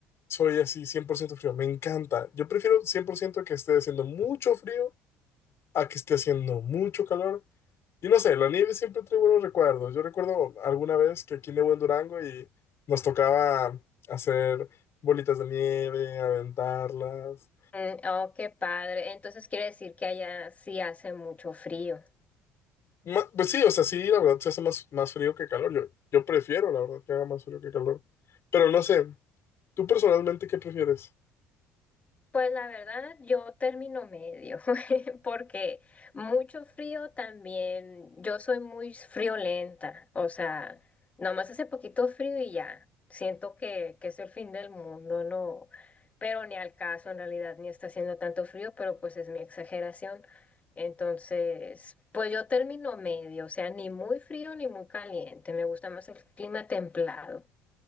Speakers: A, on the left (about 40°); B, on the left (about 20°).
A: soy así 100% frío, me encanta. Yo prefiero 100% que esté haciendo mucho frío a que esté haciendo mucho calor. Y no sé, la nieve siempre trae buenos recuerdos. Yo recuerdo alguna vez que aquí nevó en Durango y nos tocaba hacer bolitas de nieve, aventarlas.
B: Mm, oh, qué padre. Entonces quiere decir que allá sí hace mucho frío.
A: Ma- Pues sí, o sea, sí, la verdad se hace más, más frío que calor. Yo, yo prefiero, la verdad, que haga más frío que calor. Pero no sé, ¿tú personalmente qué prefieres?
B: Pues la verdad, yo termino medio, <laughs> porque mucho frío también, yo soy muy friolenta, o sea, nomás hace poquito frío y ya, siento que, que es el fin del mundo, no, pero ni al caso en realidad, ni está haciendo tanto frío, pero pues es mi exageración. Entonces, pues yo termino medio, o sea, ni muy frío ni muy caliente, me gusta más el clima templado.